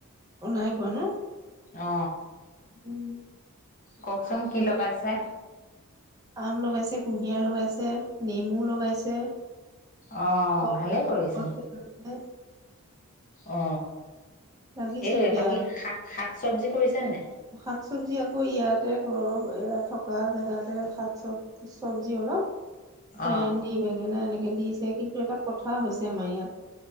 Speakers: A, on the right; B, on the left.
A: অ নাই কোৱা ন
B: অ
A: উম
B: কওকচোন কি লগাইছে
A: আম লগাইছে কুঁহিয়াৰ লগাইছে নেমু লগাইছে
B: অ
A: কল
B: ভালেই কৰিছে
A: কল <unintelligible>
B: অ
A: লাগিছেও
B: এ
A: দিয়া
B: বাকী শাক শাক চবজি কৰিছে নাই
A: শাক চবজি আকৌ ইয়াতে ঘৰৰ থকা জেগাতে শাক চব চবজি অলপ সেই
B: অ',
A: এই বেঙেনা এনেকে দিছে কিন্তু এটা কথা হৈছে আমাৰ ইয়াত